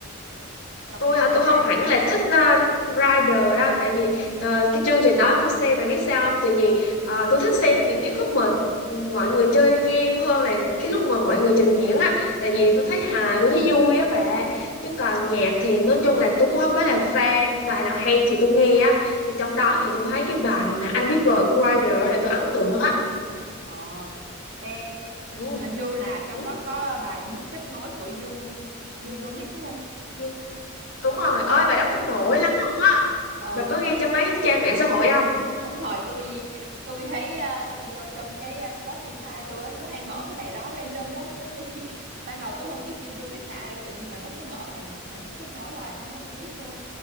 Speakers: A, on the right; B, on the left.
A: chăm
B: tôi
A: anh trai
B: hả
A: say
B: tôi
A: hai
B: không hẳn
A: á
B: là thích ờ, Rider đâu tại vì ờ, cái chương trình đó tôi xem mày biết sao không tại vì ờ, tôi thích xem những cái khúc mà ừ, mọi người chơi game hơn là cái lúc
A: Ừm.
B: mà mọi người trình diễn á tại vì
A: ừ
B: tôi thấy hài tôi thấy vui á bà chứ còn nhạc thì nói chung là tôi cũng không phải là fan bài nào hay thì tôi nghe á thì trong đó thì tôi thấy cái bài mà anh biết rồi của Rider á là tôi ấn tượng á
A: Ờ, ê,
B: ừ,
A: hình như là trong
B: ừ,
A: đó có bài mất kết nối của Dương Dương Domic đúng không?
B: nhưng- đúng rồi ơi bài đó cũng nổi lắm luôn
A: Ừ,
B: bà có nghe
A: em
B: trên mấy trang mạng xã hội không
A: đúng rồi, tôi tôi thấy à, tôi vô trong cái à, Spotify tôi á, nó hay mở cái bài đó random lắm với tôi <laughs> ban đầu tôi không biết Dương Domic là ai đâu tự nhiên mà nó cứ mở bài bài mất kết nối hoài xong rồi tôi biết luôn